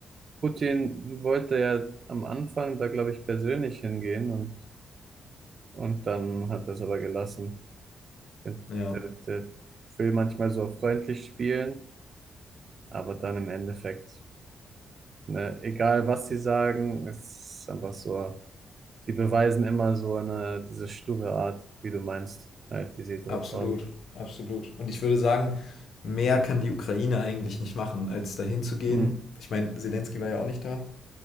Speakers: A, on the right; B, on the left.
A: Putin wollte ja am Anfang da, glaube ich, persönlich hingehen und, und dann hat er es aber gelassen. Der,
B: Ja,
A: der, der will manchmal so freundlich spielen. Aber dann im Endeffekt, ne, egal was sie sagen, es ist einfach so, sie beweisen immer so eine, diese sture Art, wie du meinst, halt, die sie drauf
B: absolut,
A: haben.
B: absolut. Und ich würde sagen, mehr kann die Ukraine eigentlich nicht machen, als dahin zu gehen.
A: Mm,
B: Ich meine, Zelensky war ja auch nicht da.